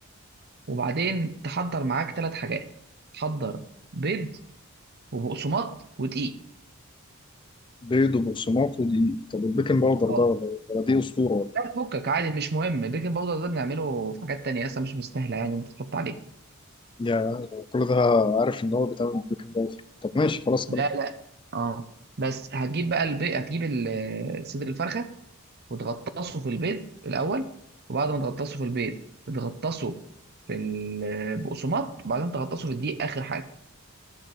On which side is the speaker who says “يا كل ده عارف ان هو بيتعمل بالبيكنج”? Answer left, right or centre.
Left